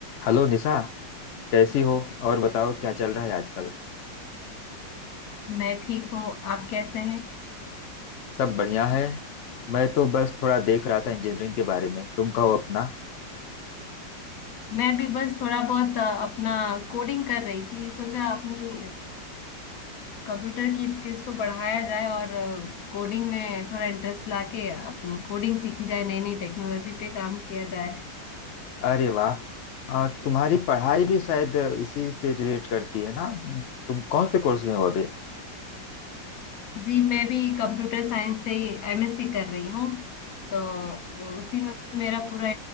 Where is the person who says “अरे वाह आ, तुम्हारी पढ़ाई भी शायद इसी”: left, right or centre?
Left